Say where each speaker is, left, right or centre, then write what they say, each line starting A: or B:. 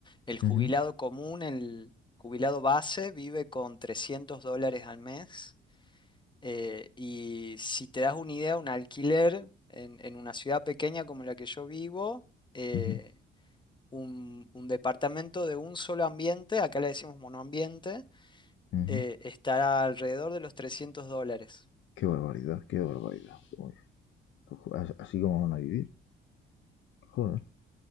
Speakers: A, on the left; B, on the left.
A: el jubilado
B: Ujú,
A: común, el jubilado base, vive con 300 dólares al mes. eh, y si te das una idea, un alquiler en, en una ciudad pequeña como la que yo vivo, eh,
B: ujú,
A: un, un departamento de un solo ambiente, acá le decimos monoambiente,
B: ujú.
A: eh, estará alrededor de los 300 dólares.
B: Qué barbaridad, qué barbaridad. Uy, pues, as- así como van a vivir. Joder,